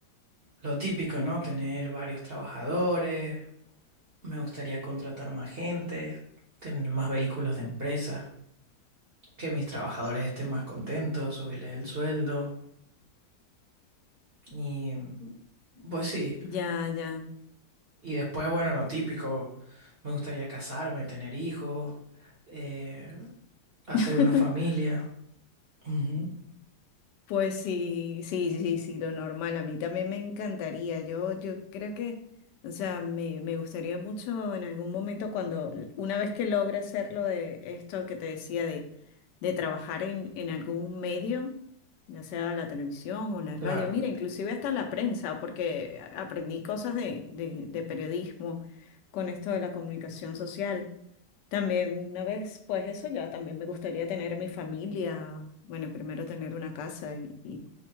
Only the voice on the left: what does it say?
Ya, ya.
<laughs>
Pues sí, sí, sí, sí, sí, lo normal. A mí también me encantaría. Yo, yo creo que, o sea, me, me gustaría mucho en algún momento cuando, una vez que logre hacerlo de esto que te decía, de, de trabajar en, en algún medio, ya sea la televisión o la radio,
mira, inclusive hasta la prensa, porque a- aprendí cosas de, de de periodismo con esto de la comunicación social. También una vez, pues eso ya, también me gustaría tener mi familia, bueno, primero tener una casa y, y-